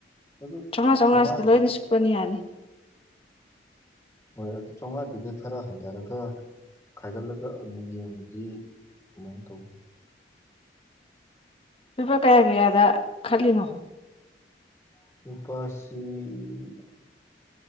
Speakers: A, on the left; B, on the left.
A: ꯑꯗꯨ
B: ꯆꯃꯥꯉꯥ ꯆꯥꯃꯥꯉꯥꯁꯤꯗ
A: ꯆꯥꯝꯃꯉꯥ
B: ꯂꯣꯏꯅ ꯁꯨꯞꯄꯅꯤ ꯌꯥꯅꯤ
A: ꯍꯣꯏ ꯑꯗꯨ ꯆꯥꯝꯃꯉꯥꯗꯨꯒ ꯈꯔ ꯍꯟꯊꯔꯒ ꯈꯥꯏꯒꯠꯂꯒ ꯑꯃꯨꯛ ꯌꯦꯡꯕꯗꯤ ꯀꯃꯥꯏꯅ ꯇꯧꯕꯅꯤ
B: ꯂꯨꯄꯥ ꯀꯌꯥ ꯀꯌꯥꯗ ꯈꯜꯂꯤꯅꯣ
A: ꯂꯨꯄꯥꯥꯁꯤ